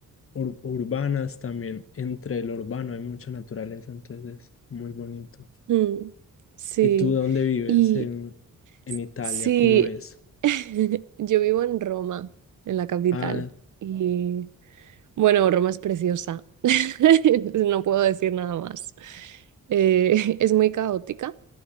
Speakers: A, on the left; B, on the right.
A: ur- urbanas, también entre lo urbano hay mucha naturaleza, entonces es muy bonito.
B: Mm, sí,
A: ¿Y tú dónde vives
B: y
A: en, en Italia?
B: sí,
A: ¿Cómo es?
B: <laughs> yo vivo en Roma, en la capital.
A: Ah,
B: Y bueno, Roma es preciosa, <laughs> no puedo decir nada más. Eh, <laughs> es muy caótica,